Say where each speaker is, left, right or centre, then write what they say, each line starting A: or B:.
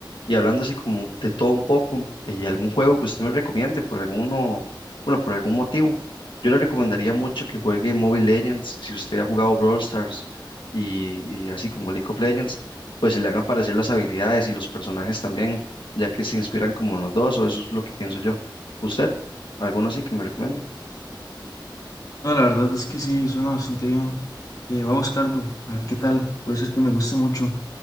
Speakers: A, on the left; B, on the left.
A: Y hablando así como de todo un poco, eh, algún juego que usted me recomiende por alguno, bueno, por algún motivo, yo le recomendaría mucho que juegue Mobile Legends, si usted ha jugado Brawl Stars y, y así como League of Legends, pues se le van a aparecer las habilidades y los personajes también, ya que se inspiran como en los dos, o eso es lo que pienso yo. ¿Usted? ¿Alguno así que me recomiende?
B: No, la verdad es que sí, suena bastante bien. Eh, voy a buscarlo, a ver qué tal. Puede ser que me guste mucho.